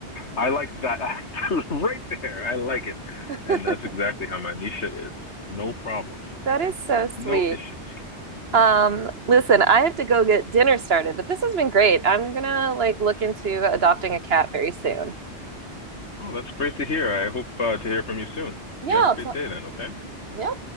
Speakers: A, on the left; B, on the right.
A: I like that attitude <laughs> right there. I like it.
B: <laughs>
A: And that's exactly how my Misha is. No problems,
B: That is so sweet.
A: no issues.
B: Um, listen, I have to go get dinner started, but this has been great. I'm gonna like look into adopting a cat very soon.
A: Oh, that's great to hear. I hope uh, to hear from you soon.
B: Yeah,
A: You have
B: I'll
A: a great
B: t-
A: day then, okay?
B: yeah.